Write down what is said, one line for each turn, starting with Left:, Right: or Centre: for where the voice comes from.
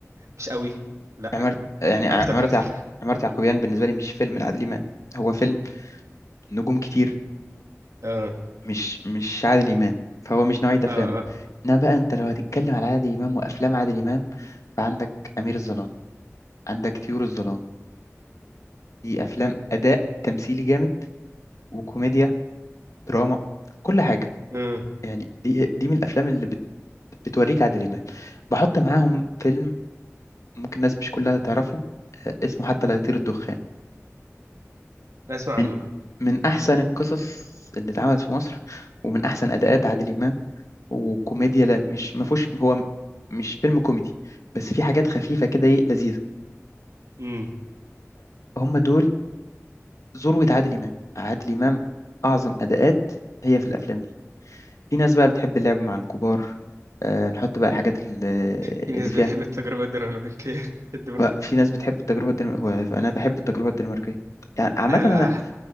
Right: مش قوي لا
Left: عمارة يعني عمارة
Right: أنا افتكرت
Left: يعقوب عمارة يعقوبيان بالنسبه لي مش فيلم لعادل امام هو فيلم نجوم كتير
Right: اه
Left: مش مش عادل امام فهو مش نوعيه افلامه
Right: اه اه
Left: انما بقى انت لو هتتكلم على عادل امام وافلام عادل امام فعندك امير الظلام عندك طيور الظلام دي افلام اداء تمثيلي جامد وكوميديا دراما كل حاجه
Right: امم
Left: يعني دي دي من الافلام اللي بتوريك عادل إمام بحط معاهم فيلم ممكن الناس مش كلها تعرفه آه، اسمه حتى لا يطير الدخان
Right: اسمع
Left: من
Right: عنه
Left: من أحسن القصص اللي اتعملت في مصر ومن أحسن أداءات عادل إمام وكوميديا لا مش ما فيهوش هو مش فيلم كوميدي بس في حاجات خفيفة كده إيه لذيذة
Right: امم
Left: هم دول ذروة عادل إمام عادل إمام أعظم أداءات هي في الأفلام دي في ناس بقى بتحب اللعب مع الكبار آه، نحط بقى الحاجات اللي
Right: في ناس
Left: اللي فيها
Right: بتحب التجربه الدنماركيه <laughs> الدنماركيه
Left: بقى في ناس بتحب التجربة الدنماركية هو أنا بحب التجربة الدنماركية يعني عامة
Right: آه
Left: أنا
Right: آه